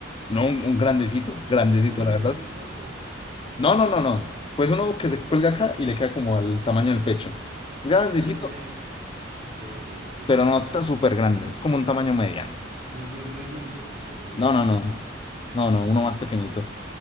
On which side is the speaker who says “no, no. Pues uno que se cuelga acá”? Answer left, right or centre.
Left